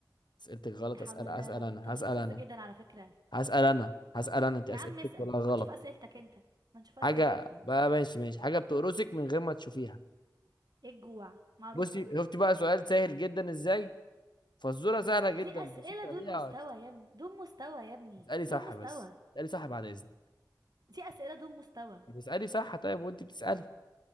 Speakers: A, on the left (about 85°); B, on the right (about 65°).
A: اسئلتك غلط
B: لا
A: اسال
B: حول الله
A: اسال
B: يا رب
A: انا
B: انت مستفز
A: هسال انا
B: جدا على فكرة
A: هسال انا هسال انا انت
B: يا
A: اسئلتك
B: عم اسأل
A: كلها غلط
B: اما نشوف اسئلتك انت ما نشوف اسئلتك
A: حاجه
B: طيب
A: بقى ماشي ماشي حاجه بتقرصك من غير ما تشوفيها
B: ايه الجوع معروفة
A: بصي شفتي بقى سؤال سهل جدا ازاي فزوره سهله جدا
B: دي اسئلة
A: بسيطه
B: دون
A: ليها
B: مستوى يا ابني دون مستوى يا ابني
A: تسالي صح
B: دون مستوى
A: بس تسالي صح بعد اذنك
B: دي اسئلة دون مستوى
A: طب اسالي صح طيب وانت بتسالي